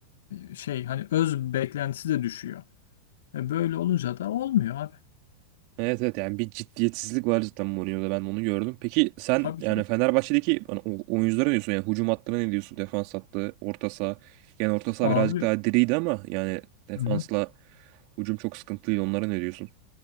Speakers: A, on the left; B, on the right.
A: e, şey hani öz beklentisi de düşüyor. E, böyle olunca da olmuyor abi.
B: Evet evet yani bir ciddiyetsizlik var zaten Mourinho'da ben onu gördüm. Peki sen
A: Tabii
B: yani
A: canım.
B: Fenerbahçe'deki hani o- oyunculara ne diyorsun? Yani hücum hattına ne diyorsun? Defans hattı, orta saha. Yani orta saha
A: Abi
B: birazcık daha diriydi ama yani defansla
A: hı hı.
B: hücum çok sıkıntılıydı. Onlara ne diyorsun?